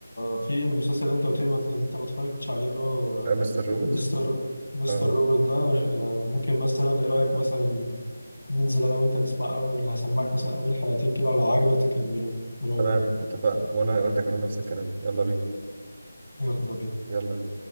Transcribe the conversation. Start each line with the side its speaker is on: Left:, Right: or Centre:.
Left: في المسلسل اللي أنت قلت لي ما- اللي أنت ما اتفرجتش عليه اللي هو
Right: آه، بس الروبوت
Left: مستر مستر
Right: اه
Left: روبوت ده آه، ممكن مثلا إيه رأيك مثلا ننزل أنا وأنت نسمع أول هسمعك مثلا أول حلقتين كده ولو عجبك تكمله إيه رأيك؟
Right: تمام اتفقنا وانا وانت كمان نفس الكلام يلا بينا
Left: يلا بينا
Right: يلا بينا